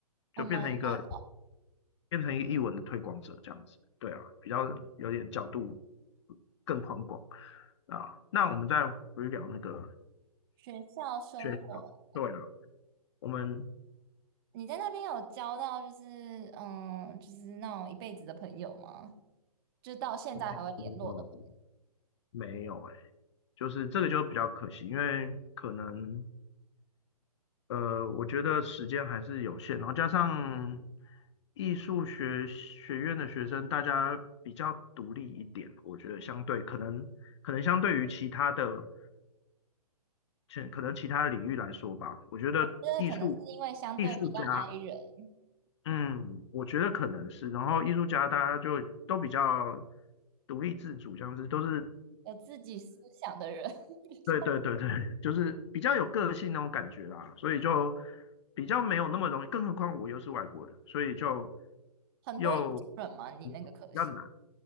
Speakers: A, on the right (about 35°); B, on the left (about 45°).
A: 我们
B: 就变成一个
A: <laughs>
B: 变成一个译文的推广者这样子，对啊，比较有点角度更宽广啊。那我们再回去聊那个
A: 学校生活，
B: 学，对啊。我们
A: 你在那边有交到就是嗯，就是那种一辈子的朋友吗？就到现在还会联络的
B: 没有，没有哎、就是这个就比较可惜，因为可能呃，我觉得时间还是有限，然后加上艺术学学院的学生，大家比较独立一点，我觉得相对可能可能相对于其他的，其可能其他领域来说吧，我觉得艺术
A: 因为可能是因为相对比较
B: 艺术家，
A: i 人，
B: 嗯，我觉得可能是，然后艺术家大家就都比较独立自主，这样子都是。
A: 有自己思想的人 <laughs> 比较
B: 对对对对，就是比较有个性那种感觉啦，所以就比较没有那么容易，更何况我又是外国人，所以就
A: 很多亚洲人吗？
B: 又
A: 你那个可系
B: 嗯比较难。